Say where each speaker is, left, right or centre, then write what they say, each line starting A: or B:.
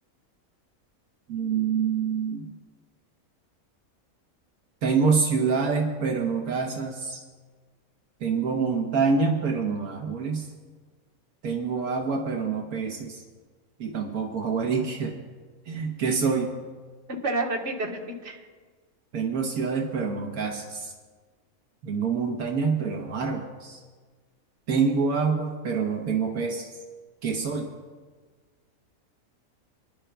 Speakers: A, on the right; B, on the right.
A: Mm, Tengo ciudades, pero no casas. Tengo montañas, pero no árboles. Tengo agua, pero no peces. Y tampoco agua líquida. <laughs> ¿Qué soy?
B: Espera, repite, repite.
A: Tengo ciudades, pero no casas. Tengo montañas, pero no árboles. Tengo agua, pero no tengo peces. ¿Qué soy?